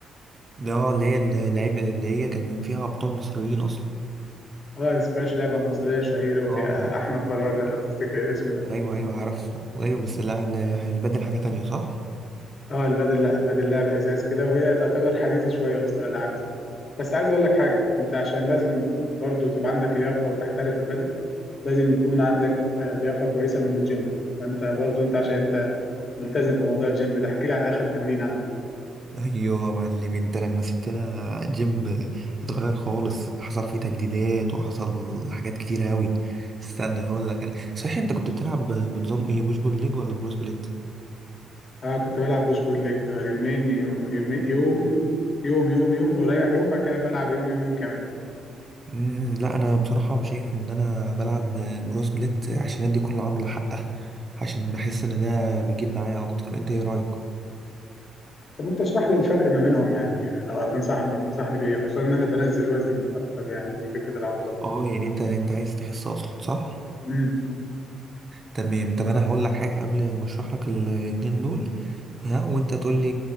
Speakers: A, on the right; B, on the left.
A: اه اللي هي اللعيبه اللي هي كان فيها ابطال مصريين اصلا
B: اه سكواش لعبة مصرية شهيرة وفيها
A: اه
B: احمد برادة لو تفتكر الاسم ده
A: ايوه ايوه عرفته ايوه بس لا لا، احنا بنبدل حاجه تانية صح
B: اه البادل لا البادل لعبه ازاز كده وهي تعتبر حديثه شويه وسط الالعاب دي بس عايز اقول لك حاجه انت عشان لازم برضو تبقى عندك لياقه وتحترف البادل لازم يكون عندك آه، لياقه كويسه من الجيم فانت برضو انت عشان انت ملتزم في موضوع الجيم ده احكي لي عن اخر تمرين عندك
A: ايوه يا معلم انت لما سبتنا جيم اتغير خالص حصل فيه تجديدات وحصل حاجات كتيره قوي استنى هقول لك انا صحيح انت كنت بتلعب بنظام ايه بوش بول ليج ولا بروس بليت
B: اه كنت بلعب بوش بول ليج آه، يومين يو- يومين يوم يوم يوم يوم بريح يوم بعد كده بلعب يوم يوم يوم كمان
A: مم، لا انا بصراحه شايف ان انا بلعب بروس بليت عشان ادي كل عضله حقها عشان بحس ان ده بيجيب معايا اكتر انت ايه رايك
B: طب انت اشرح لي الفرق ما بينهم يعني لو هتنصحني تنصحني بايه خصوصا ان انا بنزل وزن اكتر يعني من فكره العضلات
A: اه يعني انت انت عايز تخس اصلا صح
B: امم
A: تمام طب انا هقول لك حاجه قبل ما اشرح لك الاتنين دول ها وانت تقول لي